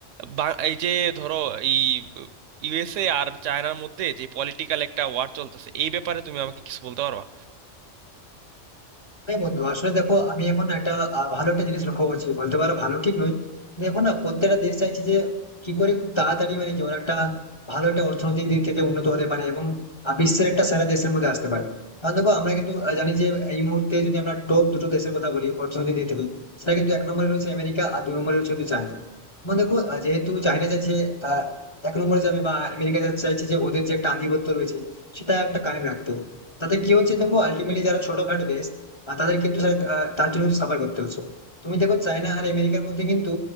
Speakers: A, on the right (about 80°); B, on the left (about 30°).
A: বা- এই যে ধরো এই ইউএসএ আর চায়নার মধ্যে যে পলিটিক্যাল একটা ওয়ার চলতেছে এই ব্যাপারে তুমি আমাকে কিছু বলতে পারবা
B: হ্যাঁ বন্ধু আসলে দেখো আমি এখন একটা আহ, ভালো একটা জিনিস লক্ষ্য করছি বলতে পারো ভালো ঠিক নয় দেখো না প্রত্যেকটা দেশ চাইছে যে কি করে খুব তাড়াতাড়ি মানে কি ওরা একটা ভালো একটা অর্থনৈতিক দিক থেকে উন্নত হতে পারে এবং আহ, বিশ্বের একটা সেরা দেশের মধ্যে আসতে পারে কারণ দেখো আমরা কিন্তু আহ, জানি যে এই মুহূর্তে যদি আমরা টপ দুটো দেশের কথা বলি অর্থনৈতিক দিক থেকে সেটা কিন্তু এক নম্বরে রয়েছে আমেরিকা আর দুই নম্বরে রয়েছে কিন্তু চায়না এবং দেখো আহ, যেহেতু চায়না চাইছে আহ, এক নম্বরে যাবে বা আমেরিকা যাচ্ছে- চাইছে যে ওদের যে একটা আধিপত্য রয়েছে সেটা একটা কায়েম রাখতে তাতে কি হচ্ছে দেখো আলটিমেটলি যারা ছোটখাটো দেশ আর তাদের কিন্তু স্যার আহ, তার জন্য সাফার করতে হচ্ছে তুমি দেখো চায়না আর আমেরিকার মধ্যে কিন্তু